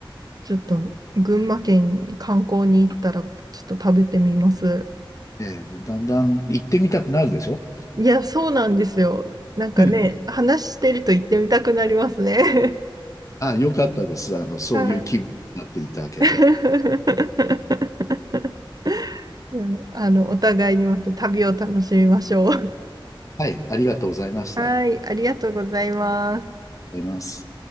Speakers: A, on the right; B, on the left.
A: ちょっと群馬県に観光に行ったらちょっと食べてみます。
B: ええ、だんだん行ってみたくなるでしょ
A: いや、そうなんですよ。なんかね、
B: <laughs>
A: 話してると行ってみたくなりますね。
B: あ、よかったです。あの、そういう気分になっていただけて。
A: <laughs> はい。<laughs> いや、あの、お互いにまた旅を楽しみましょう。
B: はい、ありがとうございました。
A: <laughs> はい、
B: あ
A: ありがとうございます。
B: りがとうございます。